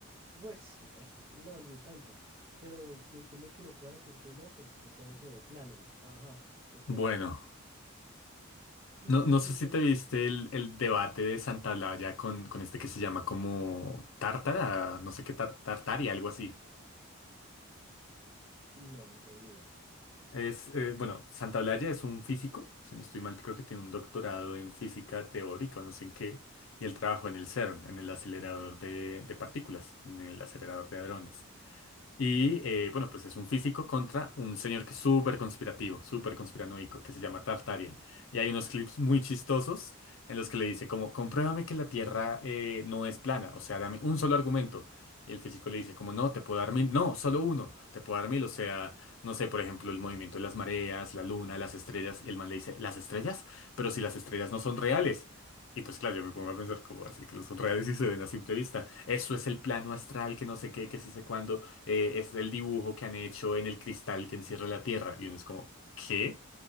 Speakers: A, on the right; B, on the left.
A: Pues <laughs> bueno, no, ni tanto. Pero entiendo que uno puede decir que no, pues es que todo se ve plano. Ajá, ok.
B: bueno.
A: Y
B: No,
A: como
B: no
A: que
B: sé
A: intent.
B: si te viste el, el debate de Santa Blaya con, con este que se llama como Tártara, no sé qué tar, Tartari, algo así.
A: No, no tengo ni idea.
B: Es, eh, bueno, Santaolalla es un físico, si no estoy mal, creo que tiene un doctorado en física teórica o no sé en qué, y él trabajó en el CERN, en el acelerador de, de partículas, en el acelerador de hadrones. Y eh, bueno, pues es un físico contra un señor que es súper conspirativo, súper conspiranoico, que se llama Tartaria. Y hay unos clips muy chistosos en los que le dice como, compruébame que la Tierra eh, no es plana, o sea, dame un solo argumento. Y el físico le dice como, no, te puedo dar mil, no, solo uno, te puedo dar mil, o sea, no sé, por ejemplo, el movimiento de las mareas, la luna, las estrellas. Y el man le dice, ¿las estrellas? Pero si las estrellas no son reales. Y pues claro, yo me pongo a pensar como así que no son reales y se ven a simple vista. Eso es el plano astral, que no sé qué, que sí sé cuándo eh, es el dibujo que han hecho en el cristal que encierra la Tierra. Y uno es como, ¿qué?